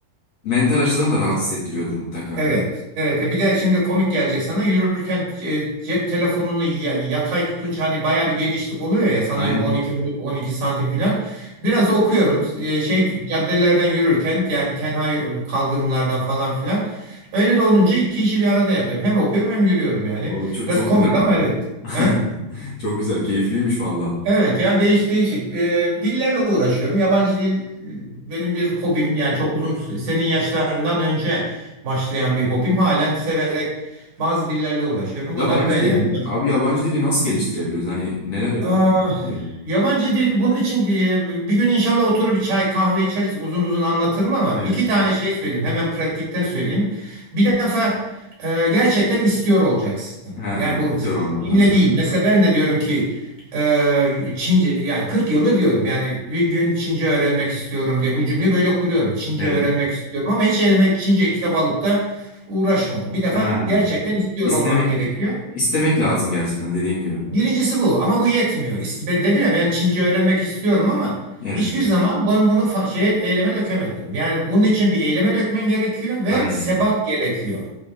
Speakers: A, on the left (about 50°); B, on the right (about 55°).
A: mental açıdan da rahat hissettiriyordur mutlaka.
B: Evet, evet. Ya bir de şimdi komik gelecek sana. Yürürken ce- cep telefonunu ya- yatay tutunca hani bayağı bir genişlik oluyor ya. Sanıyorum
A: Aynen.
B: 12 12 santim falan. Biraz da okuyorum. Ee, Şey caddelerden yürürken yani tenha e, kaldırımlardan falan filan. Öyle de olunca iki işi bir arada yapıyorum. Hem okuyorum hem yürüyorum yani.
A: O çok,
B: Biraz
A: çok
B: komik
A: güzel abi.
B: ama evet.
A: <laughs>
B: He?
A: Çok güzel, keyifliymiş valla.
B: Evet yani değiş değişik Ee, dillerle uğraşıyorum. Yabancı dil e, benim bir hobim yani çok uzun senin yaşlarından önce başlayan bir hobim. Halen severek bazı dillerle uğraşıyorum.
A: Yabancı
B: Bu da böyle
A: dil,
B: yani.
A: abi yabancı dili nasıl geliştirebiliyoruz? Hani neler yapabiliriz?
B: Aa,
A: ya?
B: yabancı dil bunun için e, bir gün inşallah oturup bir çay kahve içeriz uzun uzun anlatırım ama iki
A: Evet.
B: tane şey söyleyeyim hemen pratikten söyleyeyim. Bir defa e, gerçekten istiyor olacaksın.
A: Ha,
B: Yani bu
A: istiyor
B: e,
A: olman
B: dille
A: lazım.
B: değil. Mesela ben de diyorum ki e, Çince yani 40 yıldır diyorum yani bir gün Çince öğrenmek istiyorum diye bu cümleyi böyle kuruyorum. Çince
A: Evet.
B: öğrenmek istiyorum ama hiç elime Çince kitap alıp da uğraşmadım. Bir defa
A: Ha.
B: gerçekten istiyor
A: İstemek,
B: olmak gerekiyor.
A: istemek lazım gerçekten dediğin gibi.
B: Birincisi bu ama bu yetmiyor. İst- Ben dedim ya ben Çince öğrenmek istiyorum ama
A: Evet.
B: hiçbir zaman ben bunu fa- şeye eyleme dökemedim. Yani bunun için bir eyleme dökmen gerekiyor ve
A: Aynen.
B: sebat gerekiyor.